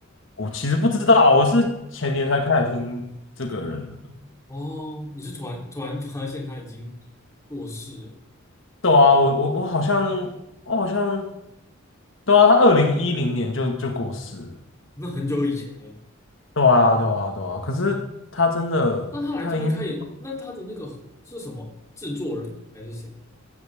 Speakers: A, on the left; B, on the left.
A: 我其实不知道啊，我是前年才开始听这个人的。
B: 哦，你是突然突然发现他已经过世了？
A: 对啊，我我我好像我好像对啊，他二零一零年就就过世了
B: 那很久以前呢？
A: 对啊，对啊，对啊。可是他真的，
B: 那他来这边开演，
A: 他的音乐。
B: 那他的那个是什么制作人啊还是谁？